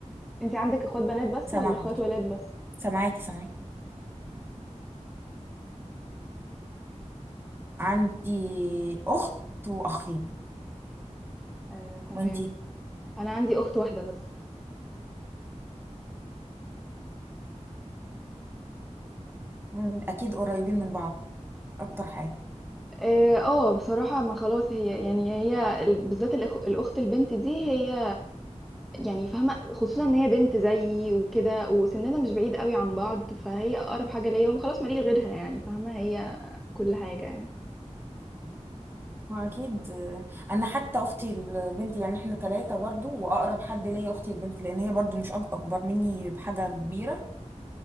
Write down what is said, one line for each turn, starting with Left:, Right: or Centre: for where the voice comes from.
Centre: انت عندك اخوات بنات بس
Right: سامعه
Centre: ولا اخوات
Right: حضرتك
Centre: ولاد بس
Right: سامعاكي سامعاكي عندي اخت واخين
Centre: آه، تمام
Right: وانتي
Centre: انا عندي اخت واحدة بس
Right: مم، اكيد قريبين من بعض اكتر حاجه
Centre: اه آه، بصراحة ما خلاص هي يعني هي ال- بالذات الأخ... الاخت البنت دي هي يعني فاهمة خصوصا ان هي بنت زيي وكده وسننا مش بعيد قوي عن بعض فهي اقرب حاجة ليا وخلاص ماليش غيرها يعني فاهمة هي كل حاجة يعني
Right: ما اكيد انا حتى اختي البنت يعني احنا ثلاثه برضو واقرب حد ليا اختي البنت لان هي برضو مش أك- اكبر مني بحاجه كبيره